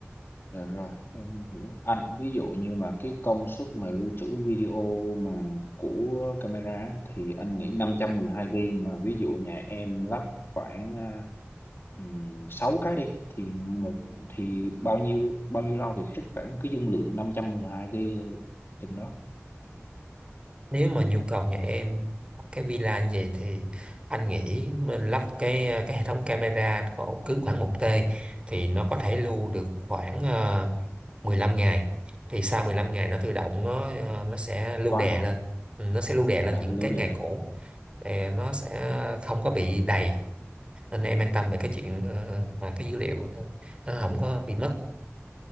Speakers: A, on the left; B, on the right.
A: Dạ rồi, em hiểu. Anh ví dụ như mà cái công suất mà lưu trữ video mà của camera á, thì anh nghĩ 512GB mà ví dụ nhà em lắp khoảng à, ừm, 6 cái đi thì một thì bao nhiêu bao nhiêu lâu thì hết khoảng cái dung lượng 512GB chừng đó
B: nếu mà nhu cầu nhà em ở cái villa như vậy thì anh nghĩ mình lắp cái cái hệ thống camera có ổ cứng khoảng một tê thì nó có thể lưu được khoảng ờ, 15 ngày thì sau 15 ngày nó tự động nó ờ, nó sẽ lưu
A: quá
B: đè lên
A: à.
B: Ừ, nó sẽ lưu đè lên
A: Dạ,
B: những
A: lưu
B: cái
A: đề
B: ngày
A: là
B: cũ thì nó sẽ không có bị đầy nên em an tâm về cái chuyện ờ, mà cái dữ liệu nó nó không có bị mất